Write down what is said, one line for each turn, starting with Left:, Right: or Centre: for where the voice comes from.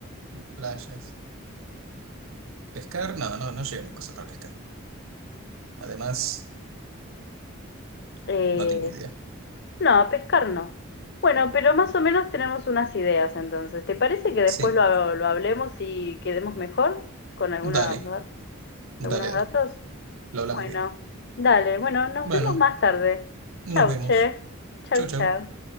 Right: playas. ¿Pescar? No, no, no llevamos cosas para pescar. Además,
Left: Eh,
Right: no tengo idea.
Left: no, a pescar no. Bueno, pero más o menos tenemos unas ideas entonces. ¿Te parece que después
Right: Sí,
Left: lo, lo hablemos y quedemos mejor con algunas,
Right: dale,
Left: dat-
Right: dale,
Left: algunos
Right: dale.
Left: datos?
Right: Lo hablamos
Left: Bueno,
Right: bien.
Left: dale, bueno, nos
Right: Bueno,
Left: vemos más tarde.
Right: nos
Left: Chau,
Right: vemos.
Left: che. Chau,
Right: Chau, chau.
Left: chau.